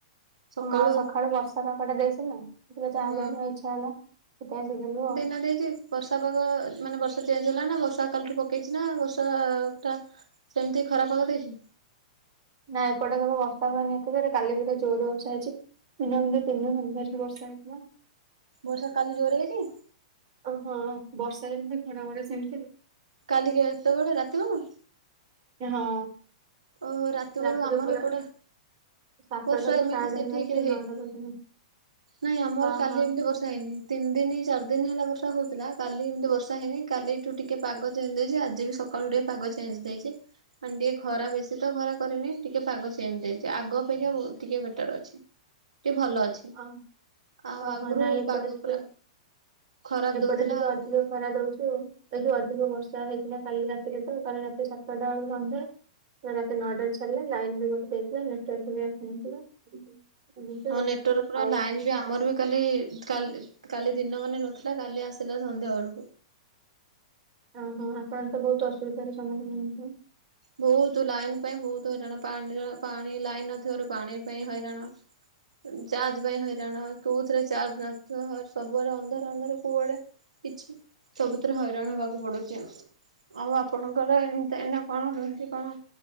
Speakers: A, on the right; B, on the right.
A: ସକାଳୁ
B: ହଁ ସଖାଳୁ ବର୍ଷା ପଗଟା ଦେଇଚିନା ଟିକେ ଚା
A: ହୁଁ
B: ପିଇବା ପାଇଁ ଇଚ୍ଛା ଏଲା ସେଥିଆଇଁ ଦେଇଦେଲୁ ଆଉ।
A: ନା ଦେଇଚି ବର୍ଷା ପାଗ ମାନେ ବର୍ଷା ଚେଞ୍ଜ ହେଲା ନା ବର୍ଷା କାଲିଠୁ ପକେଇଚି ନା ବର୍ଷା ଟା ସେମିତି ଖରା ପାଗ ଦେଇଚି।
B: ନା ଏପଟେ କେବେ ବର୍ଷା ହୁଏନି ଏତେ ଯୋରେ କାଲି ପୁରା ଜୋରେ ବର୍ଷା ହେଇଚି। ମିନି <unintelligible> ତିନି ଘନ୍ ଧରିକି ବର୍ଷା ହେଇଥିଲା।
A: ବର୍ଷା କାଲି ଜୋରେ ହେଇଚି?
B: ଅ ହଁ ବର୍ଷା ଯେମିତି ଘଡଘଡି ସେମିତି।
A: କାଲି କେତେବେଳେ ରାତିିବେଳ?
B: ଏ ହଁ।
A: ଓହୋ ରାତି
B: ରାତିରେ
A: ବେଳୁ ଆମର
B: ପୁରା
A: ଏପଟେ
B: ସାତଟାରୁ
A: ବର୍ଷା ଏମିତି
B: ଷ୍ଟାର୍ଟ
A: ସେ
B: ହେଲା
A: ଠିକିରେ
B: ଯେ
A: ହେଇନି
B: ନଅଟା ପର୍ଯ୍ୟନ୍ତ
A: ନାଇଁ ଆମର
B: ଓହୋ
A: କାଲି ଏମିତି ବର୍ଷା ହେଇନି। ତିନି ଦିନି, ଚାର ଦିନ ହେଲା ବର୍ଷା ହଉଥିଲା କାଲି ଏମିତି ବର୍ଷା ହେଇନି କାଲି ଏଠୁ ଟିକେ ପାଗ ଚେଞ୍ଜେ ଦେଇଚି ଆଜି ବି ସକ୍ କାଳୁ ଟିକେ ପାଗ ଚେଞ୍ଜ ଦେଇଚି ମାନ୍ ଟିଏ ଖରା ବେସି ଶୀତ ଖରା କରିନି ଟିକେ ପାଗ ଚେଞ ଦେଇଚି ଆଗ ଅପେକ୍ଷା ବହୁ ଟିକେ ବେଟର୍ ଅଛି ଟିଏ ଭଲ ଅଛି।
B: ଅ
A: ଆଉ
B: ଅହ
A: ଆଗରୁ
B: ନାଇଁ ଏପଟେ
A: ପାଗ
B: ଟିକେ
A: ପୁରା ଖରାପ
B: ଏପଟେ
A: ଦଉଥିଲା
B: ଟିକେ ଅଧିକ
A: ବହୁତ
B: ଖରା ଦଉଚି ଆଉ। ଏଇ ଯୋଉ ଅଧିକ ବର୍ଷା ହେଇଥିଲା କାଲି ରାତିରେ ତ କାଲି ରାତି ସାତଟା ବେଳୁ ସନ୍ଧ୍ୟା ରା ତି ନଅଟାଏ ଛଡିଲା ଲାଇନ ବି ଗୋଟେ ଦେଇଥିଲା ନେଟୱାର୍କ ବି ଆସିନଥିଲା ଏମିତି
A: ହଁ
B: ଆଉ।
A: ନେଟୱାର୍କ ପୁରା
B: ଆଉ
A: ଲାଇନ୍ ବି ଆମର ବି କାଲି କାଲି କାଲି ଦିନ ମାନେ ନଥିଲା କାଲି ଆସିଲା ସନ୍ଧ୍ୟା ବେଳୁକୁ।
B: ଅଁ ହଁ ଆପଣ ତ ବହୁତ ଅସୁବିଧାର ସମ୍ମୁଖୀନ ହଉଥୁଏ?
A: ବହୁତୁ ଲାଇନ୍ ପାଇଁ ବହୁତୁ ହଇରାଣ ପାଣିର ପାଣି ଲାଇନ୍ ନଥିବାରୁ ପାଣି ପାଇଁ ହଇରାଣ। ଚାର୍ଜ ପାଇଁ ହଇରାଣ କୋଉଥିରେ ଚାର୍ଜ ନଥିଅ ହର ସବୁଆଡ଼େ ଅନ୍ଧାର ଅନ୍ଧାର କୁଆଡେ କିଛି ସବୁଥିରେ ହଇରାଣ ହେବାକୁ ପଡୁଚି ଆଉ ଆପଣଙ୍କର ଏମତି ଏନା କଣ <unintelligible> କଣ?